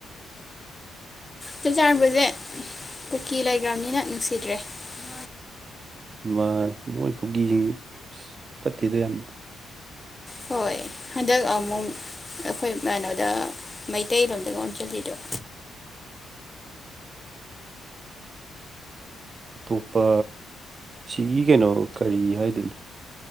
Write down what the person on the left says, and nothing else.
ꯆꯨꯔꯆꯥꯟꯄꯨꯔꯖꯦ ꯀꯨꯀꯤ ꯂꯩꯒ꯭ꯔꯝꯅꯤꯅ ꯅꯨꯡꯁꯤꯗ꯭ꯔꯦ ꯎꯝ
ꯍꯣꯏ ꯍꯟꯗꯛ ꯑꯃꯨꯛ ꯑꯩꯈꯣꯏ ꯀꯩꯅꯣꯗ ꯃꯩꯇꯩꯔꯣꯝꯗ ꯑꯣꯟꯁꯤꯜꯂꯤꯗꯣ